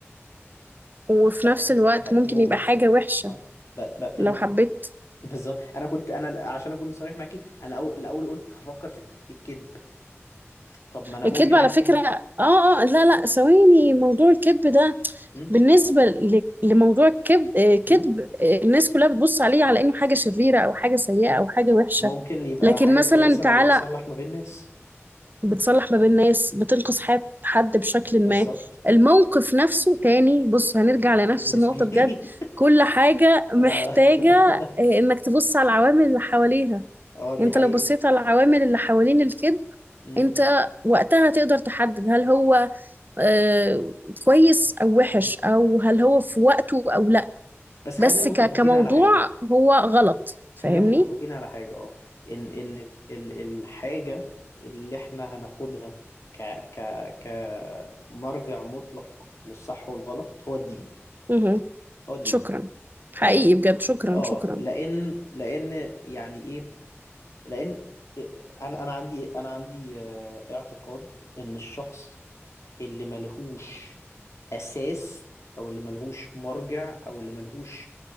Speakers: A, on the right (about 40°); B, on the left (about 80°).
A: وفي
B: بقتل
A: نفس الوقت
B: بقتل
A: ممكن
B: مجرم
A: يبقى حاجة وحشة
B: اه ب- بقتل
A: لو
B: مجرم
A: حبيت
B: <laughs> بالظبط انا كنت انا عشان اكون صريح معاكي انا أول الاول قلت هفكر في الكذب طب ما انا ممكن
A: الكذب على
B: اكذب
A: فكرة اه اه لا لا
B: آه،
A: ثواني موضوع الكذب ده
B: م-
A: بالنسبة ل- لموضوع الكذب آه، كذب
B: م-
A: آه، الناس كلها بتبص عليه على انه حاجة شريرة او حاجة سيئة او حاجة وحشة
B: ممكن يبقى
A: لكن
B: حاجه
A: مثلا
B: كويسه
A: تعالى
B: لو بصلح ما بين ناس
A: بتصلح ما بين ناس بتنقذ حياة حد بشكل
B: بالظبط
A: ما الموقف نفسه تاني بص هنرجع لنفس
B: نسبي
A: النقطة
B: <laughs>
A: بجد كل حاجة محتاجة
B: اه <laughs>
A: آه، انك تبص على العوامل اللي حواليها
B: آه، دي
A: انت
B: حقيقه
A: لو بصيت على العوامل اللي حوالين الكذب
B: م-
A: انت وقتها تقدر تحدد هل هو آه، كويس او وحش
B: م.
A: او هل هو في وقته او لا
B: بس
A: بس
B: خلينا متفقين
A: ك- كموضوع
B: على حاجه
A: هو غلط فاهمني؟
B: خلينا متفقين على حاجة اه ان ان ال- ال- الحاجة اللي احنا هناخدها ك ك كمرجع مطلق للصح والغلط هو الدين
A: امم
B: هو الدين
A: شكرا حقيقي
B: اه
A: بجد شكرا
B: آه،
A: شكرا
B: لان لان يعني ايه لان انا انا عندي انا عندي آه، اعتقاد ان الشخص اللي ملهوش اساس او اللي ملهوش مرجع او اللي ملهوش